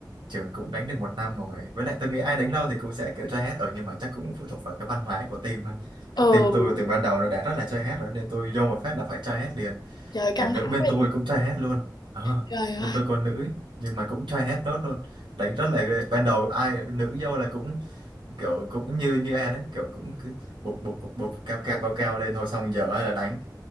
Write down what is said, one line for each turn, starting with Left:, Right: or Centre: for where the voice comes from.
Right: trường cũng đánh được một năm rồi với lại tôi nghĩ ai đánh lâu thì cũng sẽ kiểu try hết ở nhưng mà chắc cũng phụ thuộc vào cái văn hóa của team thôi. kiểu
Left: ừ
Right: team tôi từ ban đầu nó đã rất là try hết rồi nên tôi vô một phát là phải try hết liền
Left: trời căng
Right: cả nữ
Left: thẳng
Right: bên
Left: quá
Right: tôi
Left: vậy.
Right: cũng try hết luôn Ờ,
Left: trời ơi
Right: bên tôi còn nữ ấy, nhưng mà cũng try hết nốt luôn đánh rất là ghê. ban đầu ai nữ vô là cũng kiểu cũng như như em đấy kiểu cũng cứ bục bục bục bục cao cao cao cao lên thôi xong giờ là đánh